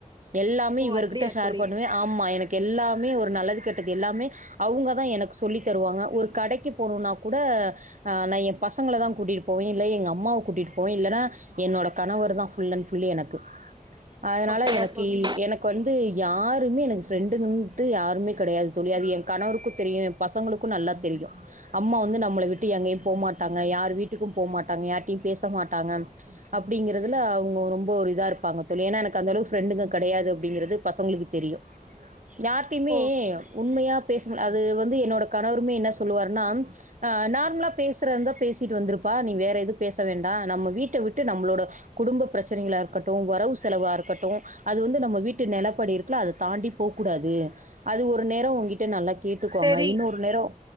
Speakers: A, on the right; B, on the right.
A: எல்லாமே
B: ஓ
A: இவர்கிட்ட
B: அப்படியா
A: ஷேர்
B: தோழி
A: பண்ணுவேன் ஆமா எனக்கு எல்லாமே ஒரு நல்லது கெட்டது எல்லாமே அவுங்கதான் எனக்கு சொல்லி தருவாங்க ஒரு கடைக்கு போனும்னா கூட ஆ நான் என் பசங்களை தான் கூட்டிட்டு போவேன் இல்லனா எங்க அம்மாவை கூட்டிட்டு போவேன் இல்லன்னா என்னோட கணவர் தான் ஃபுல் அண்ட் ஃபுல்லி எனக்கு அதனால
B: அப்படியா
A: எனக்கி
B: தோழி
A: எனக்கு வந்து யாரு எனக்கு ஃப்ரண்டுனுட்டு யாருமே கிடையது தோழி அது என் கணவருக்கும் தெரியும் பசங்களுக்கும் நல்லா தெரியும் அம்மா வந்து நம்மள விட்டு எங்கேயும் போகமாட்டாங்க யார் வீட்டுக்கும் போகமாட் அவுங்க யாரிட்டையும் பேச மாட்டாங்க அப்டிங்கிறதுல அவுங்க ரொம்ப ஒரு இதா யிருப்பாங்க தோழி ஏன்னா எனக்கு அந்தளவு ஃப்ரெண்டுங்க கிடையாது அப்டிங்கிறது பசங்களுக்கு தெரியும் யார்ட்டயுமே
B: ஓ
A: உண்மையா பேச அது வந்து என்னோட கணவருமே என்ன சொல்லுவார்னா நார்மலா பேசுற இருந்தா பேசிட்டு வந்திருப்பா நீ வேற எதுவும் பேச வேண்டாம் நம்ம வீட்டை விட்டு நம்மளோட குடும்ப பிரச்சனைகளா இருக்க ட்டும் வரவு செலவா இருக்கட்டும் அது வந்து நம்ம வீட்டு நிலப்படி இருக்குல அதை தாண்டி போக்கூடாது அது ஒரு நேரம் உங்கிட்ட நல்லா கேட்டுக்கோங்க
B: சரி
A: இன்னொரு நேரம்